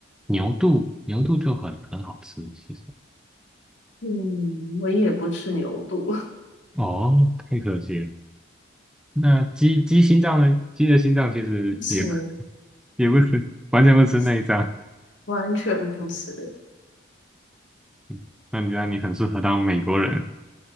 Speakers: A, in the centre; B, on the left (about 70°).
A: 牛肚，牛肚就很很好吃，其实
B: 嗯，我也不吃牛肚，
A: 哦，太可惜了。那鸡鸡心脏呢？鸡的心脏其实也不
B: <laughs> 不吃，
A: 也不吃，完全不吃内脏。
B: 不吃完全不吃。
A: 嗯那你觉得你很适合当美国人